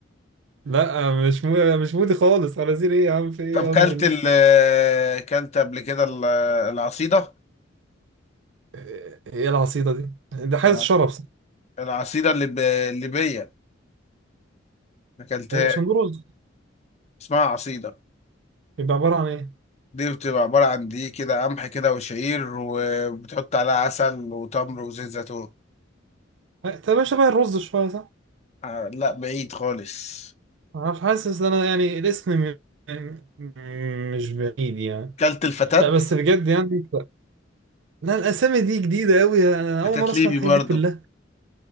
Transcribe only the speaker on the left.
طب كلت
ال آه، كلت قبل كده ال- العصيده
الع-
العصيده الليب- الليبيه اكلتها
اسمها عصيده
دي بتبقى عبارة عن دقيق كده قمح كده وشعير وبتحط عليها عسل وتمر وزيت زيتون
آه لا بعيد خالص
كلت الفتات
فتات
ليبي
برضه